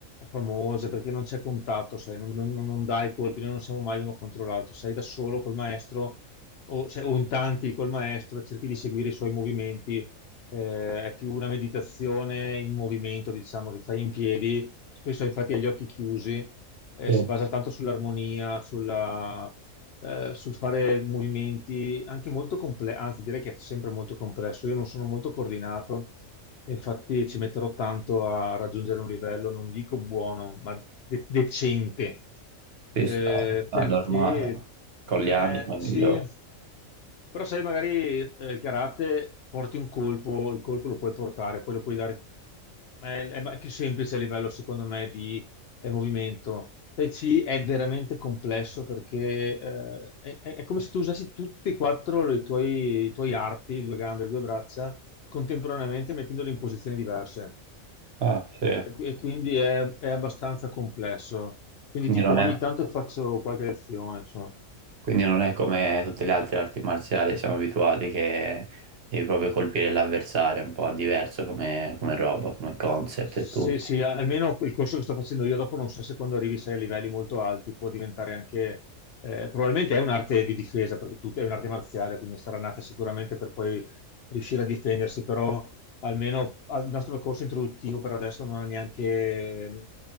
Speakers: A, on the left; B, on the right.
A: famose perché non c'è contatto, sai, non, non- non dai colpi, noi non siamo mai uno contro l'altro, sei da solo col maestro o, se- o in tanti col maestro, e cerchi di seguire i suoi movimenti eh, è più una meditazione in movimento, diciamo, che fai in piedi, spesso infatti agli occhi chiusi, eh,
B: Sì,
A: si basa tanto sull'armonia, sulla, eh, sul fare movimenti anche molto complessi, anzi direi che è sempre molto complesso. Io non sono molto coordinato, e infatti ci metterò tanto a raggiungere un livello, non dico buono, ma de- decente,
B: Ci
A: Eh,
B: sta, ma
A: perché
B: è normale. Con gli
A: eh,
B: anni poi
A: sì,
B: migliore.
A: però sai, magari eh, il karate porti un colpo, il colpo lo puoi portare, poi lo puoi dare... È, è- è più semplice a livello, secondo me, di del movimento. Tai Chi è veramente complesso perché eh, è, è- è come se tu usassi tutti e quattro le tuoi- i tuoi arti, due gambe, due braccia, contemporaneamente mettendoli in posizioni diverse.
B: Ah, sì.
A: E, qui- e quindi è, è abbastanza complesso. Quindi
B: Quindi
A: dico,
B: non
A: ogni
B: è,
A: tanto faccio qualche lezione, insomma.
B: quindi non è come tutte le altre arti marziali, siamo abituati che devi proprio colpire l'avversario, è un po' diverso come, come roba, come concept
A: Sì,
B: e tutto.
A: sì, almeno il corso che sto facendo io dopo non so se quando arrivi sei a livelli molto alti può diventare anche, eh, probabilmente è un'arte di difesa, perché tu è un'arte marziale, quindi sarà nata sicuramente per poi riuscire a difendersi, però almeno al nostro corso introduttivo per adesso non ha neanche,